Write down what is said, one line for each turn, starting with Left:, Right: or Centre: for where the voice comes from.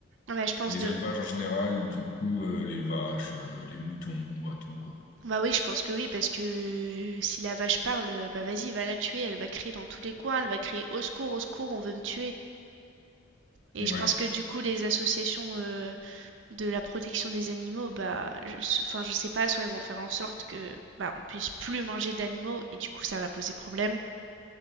Right: Ouais, je pense
Left: les
Right: de...
Left: élevages en général, du coup, euh, les vaches, euh, les moutons, bah, tout, quoi.
Right: Bah oui, je pense que oui, parce que euh, si la vache parle, euh, bah vas-y, va la tuer, elle va crier dans tous les coins, elle va crier au secours, au secours, on veut me tuer. Et
Left: Ouais,
Right: je pense que du coup, les associations euh, de la protection des animaux, bah, je, enfin, je sais pas, soit ils vont faire en sorte que, bah, on puisse plus manger d'animaux, et du coup, ça va poser problème.